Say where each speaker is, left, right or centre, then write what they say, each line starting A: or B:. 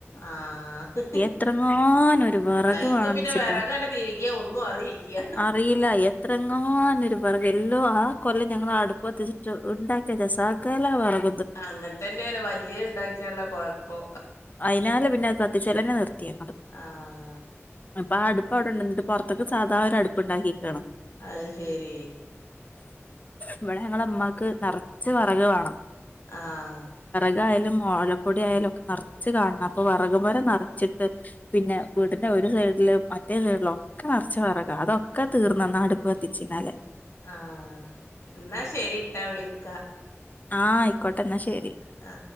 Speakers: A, on the left; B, on the left.
A: ആഹ്
B: എത്രങ്ങാനൊരു വെറക്
A: അയിക്ക്
B: വേണന്ന്
A: പിന്നെ
B: വെച്ചിട്ടാ
A: വിറകാണ്ട് തിരികിയ ഒന്നും അറിയില്ല
B: അറിയില്ല എത്രങ്ങാനൊരു വിറക് എല്ലോ ആ കൊല്ലം ഞങ്ങള് അടുപ്പ് കത്തിച്ചിട്ട് ഉണ്ടാക്കി വച്ച സകല വെറകും
A: അങ്ങനെത്തന്നെയാണ് വല്യ ഇണ്ടാക്കിയാലുള്ള കൊഴപ്പോ
B: അയിനാല് പിന്നെ അത് കത്തിച്ചെലന്നെ നിർത്തി ഞങ്ങള്
A: ആഹ്
B: അപ്പൊ ആ അടുപ്പ് അവിടെണ്ട് എന്നിട്ട് പുറത്തക്കെ സാധാ ഒരു അടുപ്പുണ്ടാക്കിക്കാണ്
A: അത് ശരി
B: ഇവിടെ ഞങ്ങളെ ഉമ്മാക്ക് നെറച്ച് വെറക് വേണം
A: ആഹ്
B: റക് ആയാലും ഓലക്കൊടി ആയാലുമൊക്കെ നെറച്ച് റച്ച് കാണണം അപ്പൊ വെറകുപുര നിറച്ചിട്ട് പിന്നെ വീടിന്റെ ഒരു സൈഡിലും മറ്റേ സൈഡിലും ഒക്കെ നെറച്ച് വിറകാ അതൊക്കെ തീർന്നന്ന് അടുപ്പ് കത്തിച്ചയിനാലെ
A: ആഹ് എന്നാ ശരിട്ടാ വിളിക്കാ
B: ആഹ് ആയിക്കോട്ടെന്നാ ശെരി
A: ഓക്കെ ആഹ്